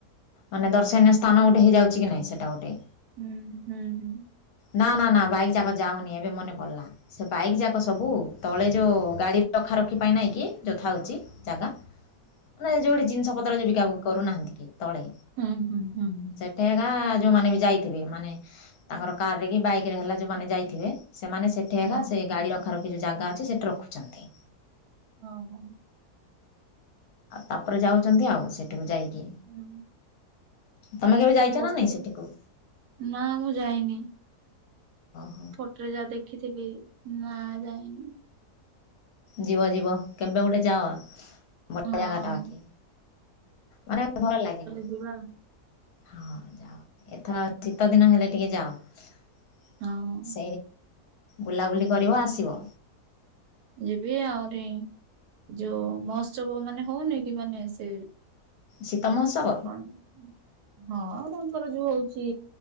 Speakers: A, on the left; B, on the right.
A: ମାନେ ଦର୍ଶନୀୟ ସ୍ଥାନ ଗୋଟେ ହେଇଯାଉଛି କି ନାହିଁ ସେଇଟା ଗୋଟେ।
B: ହୁଁ ହୁଁ ହୁଁ।
A: ନା ନା ନା ବାଇକ୍ ଯାକ ଯାଉନି ଏବେ ମନେ ପଡ଼ିଲା। ସେ ବାଇକ୍ ଯାକ ସବୁ ତଳେ ଯୋଉ ଗାଡ଼ି ରଖା ରଖି ପାଇଁ ନାହିଁ କି ଯୋ ଥାଉଛି। ଜାଗା ମାନେ ଯେଉଁଠି ଜିନିଷ ପତ୍ର ଯେ ବିକା ବୁକି କରୁନାହାଁନ୍ତି କି ତଳେ
B: ହୁଁ ହୁଁ ହୁଁଁ।
A: ସୋ ଯୋଉ ମାନେ ବି ଯାଇ <inaudible> ମାନେ ତାଙ୍କର କାର୍ ରେ କି ବାଇକ୍ ରେ ହେଲା ଯୋଉ ମାନେ ଯାଇଥିବେ ସେମାନେ ସେଠି ଏକା
B: ହଁ,
A: ସେଇ ଗାଡ଼ି ର ଯୋଉ ଜାଗା ଅଛି ସେଠି ରଖୁଛନ୍ତି।
B: ହଁ ହୋ।
A: ତାପରେ ଯାଉଛନ୍ତି ଆଉ ସେଠିକୁ ଯାଇକି।
B: ହୁଁ,
A: ତମେ କେବେ ଯାଇଚ
B: ବସରେ
A: ନା ନାଇଁ
B: ଯାଉ
A: ସେଠିକୁ?
B: ନା ମୁଁ ଯାଇନି।
A: ହଁ।
B: ଫୋଟରେ ଯାହା ଦେଖିଥିଲି ନା ଯାଇନି।
A: ଯିବ ଯିବ କେବେ ଗୋଟେ ଯାଅ। ବଢିଆ
B: ହଁ,
A: ଜାଗା ଟା ବାକି ମାନେ ଭଲ ଲାଗିବ। <inaudible>
B: କୁହ।
A: ହଁ ଯାଅ ଏଥର ଶୀତ ଦିନ ହେଲେ ଟିକେ ଯାଅ।
B: ହଁ,
A: ବୁଲାବୁଲି କରିବ ଆସିବ।
B: ହୁଁ, ଯିବି ଆହୁରି ଯୋ ମହୋତ୍ସବ ମାନେ ହଉନି କି ମାନେ ସେ
A: ଶୀତ ମହୋତ୍ସବ
B: କଣ? ହଁ ତାଙ୍କର ଯୋଉ ହଉଚି